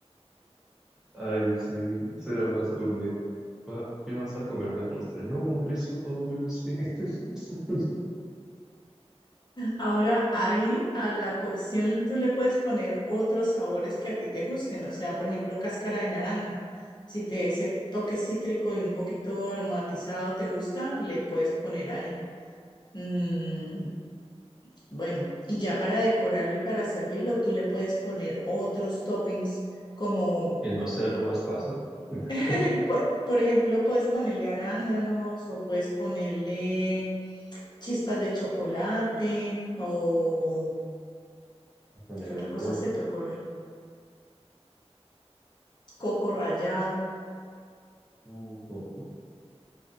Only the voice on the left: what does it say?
Ahora ahí a la cocción tú le puedes poner otros sabores que a ti te gusten, o sea, por ejemplo, cáscara de naranja. Si te ese toque cítrico y un poquito aromatizado te gusta, le puedes poner ahí. Mm, bueno, y ya para decorarlo y para servirlo, tú le puedes poner otros toppings como,
<laughs> po- por ejemplo, puedes ponerle arándanos o puedes ponerle chispas de chocolate o
¿qué otra
cosa
se te ocurre? Coco rallado.